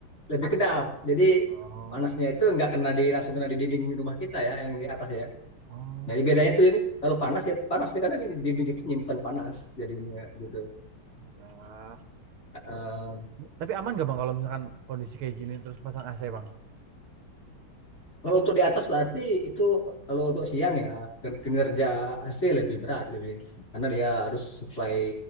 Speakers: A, on the left; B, on the right.
A: lebih kedap jadi
B: Oh,
A: panasnya itu nggak kena di langsung kena di dinding rumah kita ya yang di atas ya
B: oh
A: Nah,
B: gitu
A: bedanya tuh kalau panas ya panas dia karena ini dinding itu nyimpan panas jadinya gitu.
B: ya.
A: Eh,
B: Tapi aman gak bang kalau misalkan kondisi kayak gini terus pasang AC bang?
A: kalau untuk di atas berarti itu kalau untuk siang ya kin- kinerja AC lebih berat lebih karena dia harus supply